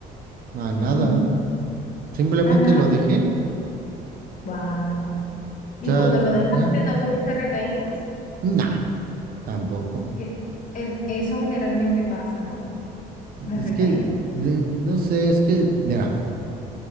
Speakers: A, on the right; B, on the left.
A: no, nada.
B: <laughs>
A: Simplemente
B: Ah, nada.
A: lo dejé.
B: Wow.
A: O
B: ¿Y
A: sea,
B: cuando lo dejaste
A: ya,
B: no tuviste recaídas?
A: nah, tampoco.
B: Que e- eso generalmente pasa, ¿no? Las
A: Es
B: recaídas.
A: que, de- no sé, es que, mira.